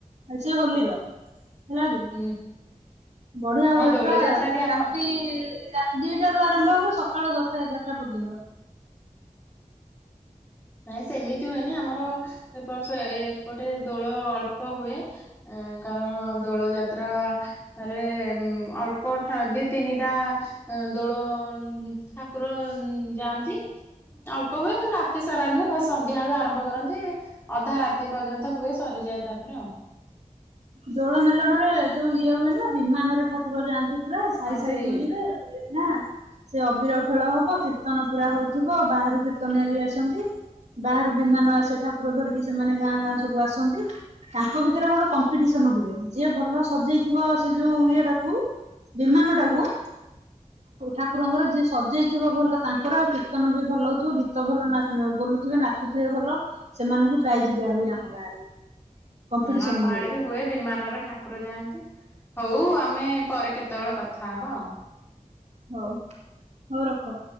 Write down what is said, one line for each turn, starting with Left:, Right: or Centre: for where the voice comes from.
Right: ଏସେଇ ହୋଲିର। ହେଲା କି
Left: ହୁଁ
Right: ବଢିଆ
Left: ହଁ
Right: ହୁଏ
Left: ଦୋଳ
Right: ପୁରା
Left: ଯାତ୍ରା ବି ଆମ
Right: ରାତି ରାତି ଦିଟା ରୁ ଆରମ୍ଭ ହବ ସକାଳ ଦଶଟା ଏଗାର ଏଟା ପର୍ଯ୍ୟନ୍ତ
Left: ନାଇଁ ସେମିତି ହୁଏନି ଆମର ଏପ ଏପଟେ ଦୋଳ ଅଳ୍ପ ହୁଏ, କାରଣ ଦୋଳ ଯାତ୍ରାରେ ଅଳ୍ପ ଦି ତିନିଟା ଦୋଳ ଠାକୁର ଯାଆନ୍ତି ଅଳ୍ପ ହୁଏ ମୁ ରାତି ସାରା ନୁହେଁ ବା ସନ୍ଧ୍ୟା ବେଳୁ ଆରମ୍ଭ କରନ୍ତି ଅଧା ରାତି ପର୍ଯ୍ୟନ୍ତ ହୁଏ ସରିଯାଏ ତାପରେ ଆଉ।
Right: ଦୋଳ ମେଲଣ ରେ ଯୋଉ ଇଏ ହୁଏ ନା ବିମାନରେ ଠାକୁର ଯାଆନ୍ତି। ପୁରା ସାଇ
Left: ହଁ
Right: ସାଇ
Left: ସେଇ
Right: ବୁଲିବେ। ନା ସେ ଅବିର ଖେଳ ହବ କୀର୍ତ୍ତନ ପୁରା ହଉଥିବ ବାହାରୁ କୀର୍ତ୍ତନଆ ବି ଆସନ୍ତି ବାହାରୁ ବିମାନ ଆସନ୍ତି, ଠାକୁର ଧରିକି ସେମାନେ ଗାଁ ଗାଁ ସବୁ ଆସନ୍ତି ତାଙ୍କ ଭିତରେ ଗୋଟେ ସନ ହୁଏ ଯିଏ ଭଲ ସଜେଇଥିବ ସେ ଯୋଉ ଇଏଟାକୁ ବିମାନ ଟାକୁ ଠାକୁରଙ୍କର ଯିଏ ସଜେଇଥିବ ଭଲ ତାଙ୍କର ଆଉ କୀର୍ତ୍ତନ ବି ଭଲ ହଉଥିବ ଗୀତ ଭଲ ବୋଲୁଥିବେ ନାଚୁଥିବେ ଭଲ ସେମାନଙ୍କୁ ପ୍ରାଇଜ ଦିଆ ହୁଏ ଆମ ଗାଆଁରେ। କମ୍ପିଟିସନ
Left: ହଁ ଆମ
Right: ହୁଏ।
Left: ଆଡେ ବି ହୁଏ ବିମାନରେ ଠାକୁର ଯାଆନ୍ତି। ହଉ ଆମେ ପରେ କେତେ? କେତେବେଳେ କଥା ହବ ଆ
Right: ହଉ ହଉ ରଖ।